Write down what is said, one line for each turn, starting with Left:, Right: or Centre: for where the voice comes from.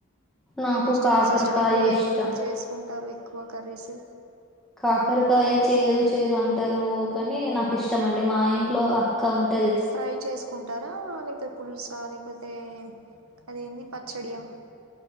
Centre: నాకు
Right: ఏ వెజిటేబుల్సిస్టమ్
Centre: కాకరకాయ
Right: ఎక్కువ
Centre: ఇష్టం.
Right: ఏం చేస్కుంటారు ఎక్కువ కర్రీస్
Centre: కాకరకాయ చేదు చేదు అంటారు కానీ నాకు ఇష్టమండి మా ఇంట్లో అక్క ఉంట
Right: ఫ్రై చేస్కుంటారా లేక్ లేకపోతే పులుసా లేకపోతే అదేంది పచ్చడియా